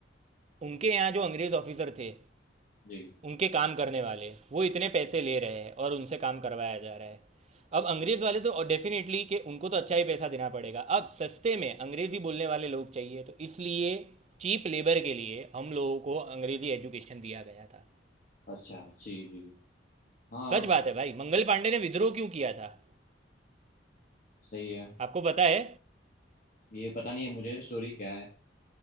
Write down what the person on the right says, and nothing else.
उनके यहाँ जो अंग्रेज ऑफिसर थे
उनके काम करने वाले वो इतने पैसे ले रहे हैं और उनसे काम करवाया जा रहा है अब अंग्रेज़ वाले तो डेफिनेटली कि उनको तो अच्छा ही पैसा देना पड़ेगा अब सस्ते में अंग्रेज़ी बोलने वाले लोग चाहिए तो इसलिए चीप लेबर के लिए हम लोगों को अंग्रेज़ी एजुकेशन दिया गया था
सच बात है भाई मंगल पांडे ने विद्रोह क्यों किया था
आपको पता है